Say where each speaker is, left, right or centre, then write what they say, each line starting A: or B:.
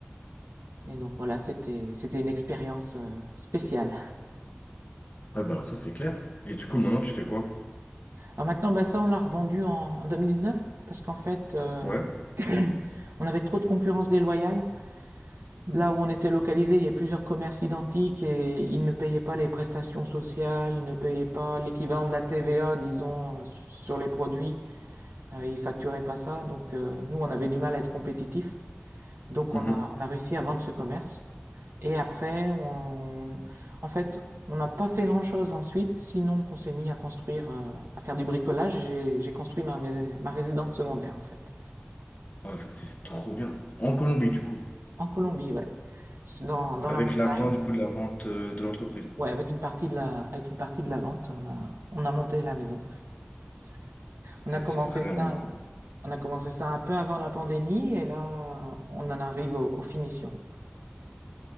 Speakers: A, on the right; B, on the left.
A: Et donc voilà, c'était c'était une expérience euh, spéciale.
B: Ah bah alors ça c'est clair. Et du coup maintenant tu fais quoi?
A: Alors maintenant, bah ça, on l'a revendu en, en 2019 parce qu'en fait, euh,
B: Ouais.
A: <clears throat> on avait trop de concurrence déloyale. Là où on était localisé, il y avait plusieurs commerces identiques et ils ne payaient pas les prestations sociales, ils ne payaient pas l'équivalent de la TVA, disons, euh, su- sur les produits. Euh, ils facturaient pas ça. Donc euh, nous, on avait du mal à être compétitifs. Donc
B: Mhm.
A: on a on a réussi à vendre ce commerce. Et après, on... en fait, on n'a pas fait grand-chose ensuite, sinon qu'on s'est mis à construire, euh, à faire du bricolage. J'ai j'ai construit ma, mais- ma résidence secondaire, en fait.
B: Ah ça c'est trop bien. En Colombie du coup,
A: En Colombie, ouais. C'est Dans, dans
B: avec
A: la montagne.
B: l'argent du coup de la vente euh, de l'entreprise.
A: Ouais, avec une partie de la, avec une partie de la vente, on a, on a monté la maison. On
B: Ça
A: a commencé
B: c'est vraiment
A: ça,
B: cool.
A: on a commencé ça un peu avant la pandémie, et là, on en arrive au- aux, finitions.